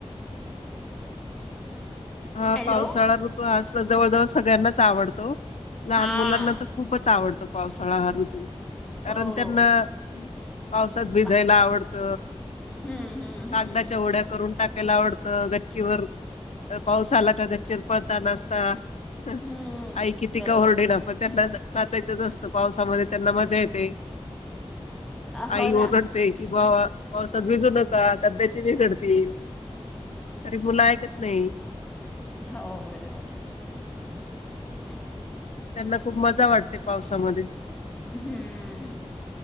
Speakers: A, on the left (about 80°); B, in the centre.
A: हा
B: हॅलो
A: पावसाळा ऋतू असून जवळ जवळ सगळ्यांनाच आवडतो लहान
B: हां
A: मुलांना तर खूपच आवडतो पाऊस <unintelligible> कारण
B: हो
A: त्यांना पावसात भिजायला
B: पा
A: आवडत
B: हम्म हम्म
A: कागदाच्या
B: हम्म
A: होड्या करून टाक - टाकायला आवडतं गच्ची वर पाऊस आला की गच्चीवर पळता नाचता हा
B: हम्म
A: आई किती
B: बरोबर
A: का ओरडेना त्यांना नाचायचंच न असतं पावसामध्ये त्यांना मजा येते
B: हो
A: आई
B: ना
A: ओरडतेय की बाबा पावसात भिजू नका तब्येती बिघडतील तरी मुलं ऐकत नाही
B: हो बरोबर <inaudible>
A: त्यांना खूप मजा वाटते पावसामध्ये
B: हम्म